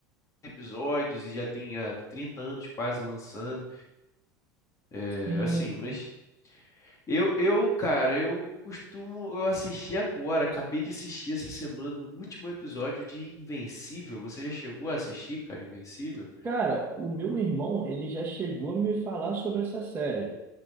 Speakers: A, on the left; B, on the right.
A: episódios e já tem há 30 anos quase lançando. É,
B: Sim.
A: assim, mas. Eu, eu, cara, eu costumo, eu assisti agora, acabei de assistir essa semana o último episódio de Invencível. Você já chegou a assistir, cara, Invencível?
B: Cara, o meu irmão, ele já chegou a me falar sobre essa série.